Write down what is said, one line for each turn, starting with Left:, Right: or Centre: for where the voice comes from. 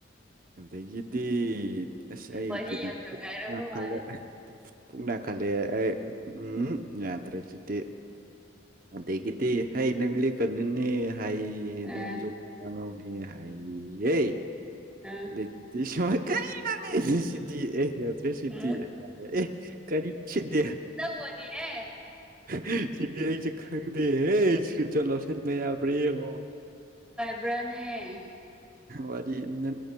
Right: ꯑꯗꯒꯤꯗꯤ ꯑꯁ ꯑꯩ
Centre: ꯋꯥꯔꯤ
Right: ꯀꯩꯅꯣ
Centre: ꯌꯥꯝ ꯅꯨꯡꯉꯥꯏꯔꯕ ꯃꯥꯜꯂꯦ
Right: ꯈꯜꯂꯛ ꯑꯦ ꯄꯨꯛꯅꯥꯈꯠꯂꯦꯑꯦ ꯑꯩ ꯎꯝ ꯌꯥꯗ꯭ꯔꯦ ꯖꯤꯗꯤ ꯑꯗꯒꯤꯗꯤ ꯍꯩ ꯅꯪ ꯂꯤꯛꯀꯅꯨꯅꯦ ꯍꯥꯏꯌꯦꯌꯦ
Centre: ꯑ
Right: ꯅꯪ ꯖꯨ ꯋꯥ ꯉꯥꯡꯉꯧꯅꯦ ꯍꯥꯏ ꯍꯩꯌꯦ
Centre: ꯑ ꯑ
Right: ꯑꯗꯩꯇꯤ ꯁꯨꯃꯥꯏ ꯗ꯭ꯔꯦꯃꯤ
Centre: ꯎꯝ
Right: ꯁꯤꯗꯤ ꯑꯦ ꯌꯥꯗ꯭ꯔꯦ ꯁꯤꯗꯤ
Centre: ꯎꯝ
Right: ꯌꯥꯗ꯭ꯔꯦ ꯑꯦ ꯀꯔꯤꯅꯣ ꯁꯤꯗꯤ
Centre: ꯄꯅꯤ ꯍꯦ
Right: ꯍꯦ ꯍꯦ ꯁꯤꯗꯤ ꯑꯩꯖꯨ ꯈꯪꯗꯦꯍꯦ ꯏꯁꯀ꯭ꯔꯤꯟ ꯂꯧꯁꯟꯕ ꯌꯥꯕ꯭ꯔ ꯌꯦꯡꯉꯣ
Centre: ꯕ꯭ꯔꯅꯦ
Right: ꯋꯥꯔꯤ ꯑꯟꯗꯟ